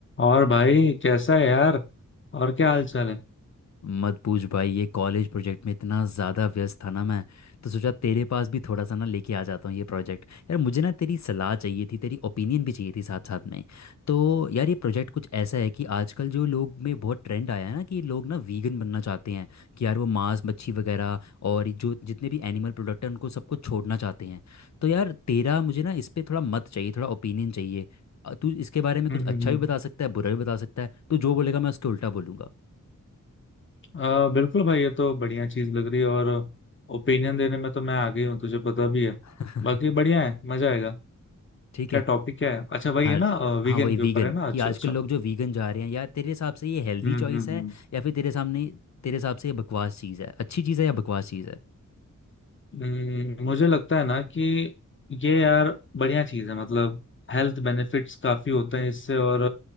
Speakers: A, on the left; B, on the left.
A: और भाई कैसा है यार और क्या हाल चाल है
B: मत पूछ भाई ये कॉलेज प्रोजेक्ट में इतना ज़्यादा व्यस्त था ना मैं तो सोचा तेरे पास भी थोड़ा सा ना लेके आ जाता हूँ ये प्रोजेक्ट यार मुझे ना तेरी सलाह चाहिए थी तेरी ओपिनियन भी चाहिए थी साथ साथ में तो यार ये प्रोजेक्ट कुछ ऐसा है कि आजकल जो लोग में बहुत ट्रेंड आया है ना कि लोग ना वीगन बनना चाहते हैं कि यार वो मांस मच्छी वगैरह और जो जितने भी एनिमल प्रोडक्ट हैं उनको सबको छोड़ना चाहते हैं तो यार तेरा मुझे ना इस पे थोड़ा मत चाहिए थोड़ा ओपिनियन चाहिए अ, तू इसके बारे में कुछ
A: हम्म
B: अच्छा
A: हम्म, हम्म।
B: भी बता सकता है बुरा भी बता सकता है तू जो बोलेगा मैं उसके उल्टा बोलूँगा
A: आ, बिल्कुल भाई ये तो बढ़िया चीज लग रही है और ओपिनियन देने में तो मैं आ गई हूँ तुझे पता भी है
B: <laughs>
A: बाकी बढ़िया है मजा आएगा
B: ठीक
A: क्या
B: है
A: टॉपिक क्या है अच्छा वही
B: हाँ
A: है ना वीगेन
B: हाँ वही
A: के
B: वीगन
A: ऊपर है ना अच्छा
B: कि आजकल
A: अच्छा
B: लोग जो वीगन जा रहे हैं यार तेरे हिसाब से ये हेल्दी
A: हम्म
B: चॉइस
A: हम्म
B: है
A: हम्म
B: या फिर तेरे सामने तेरे हिसाब से ये बकवास चीज़ है अच्छी चीज़ है या बकवास चीज़ है
A: हम्म, मुझे लगता है ना कि ये यार बढ़िया चीज है मतलब हेल्थ बेनिफिट्स काफी होते हैं इससे और